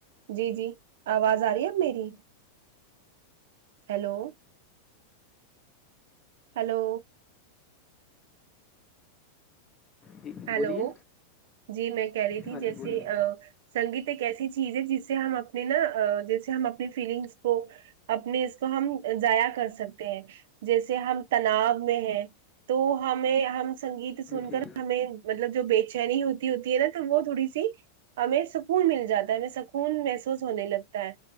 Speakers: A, on the right; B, on the left.
A: جی جی آواز آ رہی ہے اب میری ہیلو ہلو
B: جی
A: ہیلو
B: بولیے
A: جی میں کہہ رہی تھی
B: ہاں
A: جیسے
B: جی بولیے
A: سنگیت ایک ایسی چیز ہے جس سے ہم اپنی نا جس سے ہم اپنی فیلنگس کو اپنے اس کو ہم ضائع کر سکتے ہیں جیسے ہم تناؤ میں ہے تو ہمیں ہم سنگیت سن
B: جی
A: کر ہمیں مطلب جو بے چینی ہوتی ہوتی ہے نا تو وہ تھوڑی سی ہمیں سکون مل جاتا ہے ہمیں سکون محسوس ہونے لگتا ہے